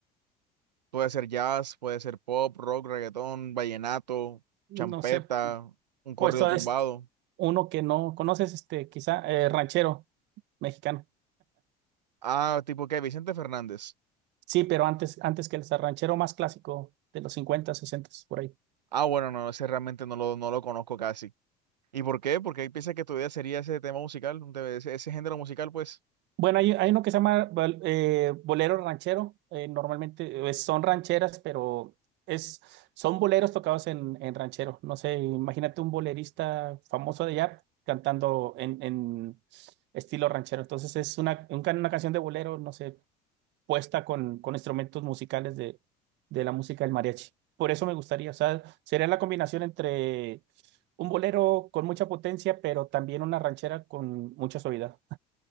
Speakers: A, on the right; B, on the right.
A: Puede ser jazz, puede ser pop, rock, reggaetón, vallenato,
B: no
A: champeta,
B: sé,
A: un corrido
B: pues todo
A: tumbado.
B: es uno que no conoces, este, quizá eh, ranchero mexicano.
A: Ah, tipo qué, Vicente Fernández.
B: Sí, pero antes, antes que el ranchero más clásico de los 50, 60, por ahí.
A: Ah, bueno, no, ese realmente no lo, no lo conozco casi. ¿Y por qué? Porque piensas que tu vida sería ese tema musical, un te- ese ese género musical, pues.
B: Bueno, hay, hay uno que se llama bol- eh, bolero ranchero. eh, normalmente eh, son rancheras, pero es, son boleros tocados en, en ranchero. No sé, imagínate un bolerista famoso de allá cantando en, en estilo ranchero. Entonces es una, un can- una canción de bolero, no sé, puesta con, con instrumentos musicales de, de la música del mariachi. Por eso me gustaría, o sea, sería la combinación entre un bolero con mucha potencia, pero también una ranchera con mucha suavidad.